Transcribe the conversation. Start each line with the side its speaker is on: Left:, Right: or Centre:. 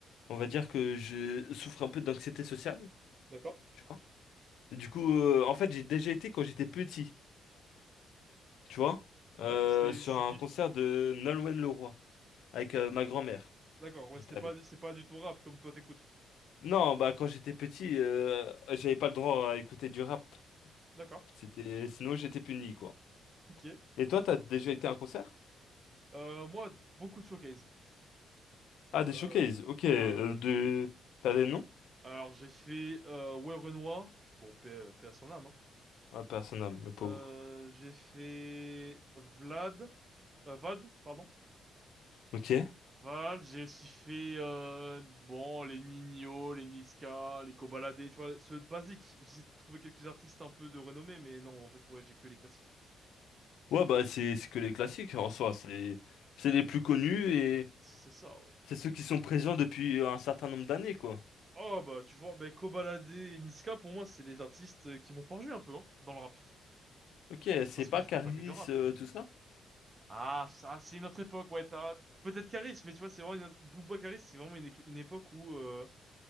Left: on va dire que je souffre un peu d'anxiété sociale,
Right: d'accord.
Left: tu vois? Et du coup, euh, en fait, j'ai déjà été quand j'étais petit, tu vois?
Right: Ouais,
Left: Euh,
Right: c'était,
Left: sur
Right: c'est
Left: un
Right: qui?
Left: concert de Nolwenn Leroy, avec euh, ma grand-mère.
Right: D'accord, ouais,
Left: J'étais
Right: c'était
Left: allé.
Right: pas, c'est pas du tout rap comme toi t'écoutes.
Left: Non, bah quand j'étais petit, euh, j'avais pas le droit à écouter du rap.
Right: D'accord.
Left: C'était sinon j'étais puni quoi.
Right: Ok.
Left: Et toi, t'as déjà été à un concert?
Right: Euh, moi, beaucoup de showcase. Euh,
Left: Ah, des showcases. Ok,
Right: ouais,
Left: euh,
Right: ouais.
Left: de t'as des noms?
Right: Alors, j'ai fait euh, ouais, Bon, paix, paix à son âme, hein.
Left: Ah, personne âme, le pauvre.
Right: Euh, j'ai fait Vlad. euh, Vald, pardon.
Left: Ok.
Right: Vald, j'ai aussi fait euh, bon, les Nino, les Niska, les Kobalade, tu vois, ceux de basique. J'ai trouvé quelques artistes un peu de renommée, mais non, en fait, ouais, j'ai que les classiques.
Left: Ouais, bah c'est c'est que les classiques en soi, c'est c'est les plus connus et
Right: C'est ça, ouais.
Left: c'est ceux qui sont présents depuis euh, un certain nombre d'années quoi.
Right: Oh, bah, tu vois, bah, Kobalade et Niska, pour moi, c'est des artistes euh, qui m'ont forgé un peu, hein, dans le rap.
Left: Ok, c'est
Right: Parce
Left: pas
Right: que j'écoute
Left: Caris
Right: pas que du rap,
Left: euh,
Right: mais...
Left: tout ça?
Right: Ah, ça, c'est notre époque, ouais. t'as- Peut-être Caris, mais tu vois, c'est vraiment une... Booba Caris, c'est vraiment une, équ- une époque où euh,